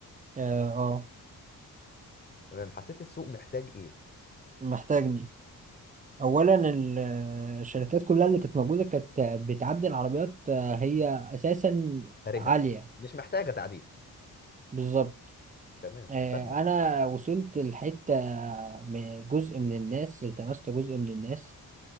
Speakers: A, on the right; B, on the left.
A: اه آه،
B: تمام حسيت السوق محتاج ايه
A: محتاجني اولا ال- آه، الشركات كلها اللي كانت موجوده كانت بتعدل عربيات آه، هي اساسا
B: هرهة
A: عاليه
B: مش محتاجه تعديل
A: بالظبط
B: تمام
A: آه،
B: فاهمك
A: انا وصلت لحته آه، م- جزء من الناس التمست جزء من الناس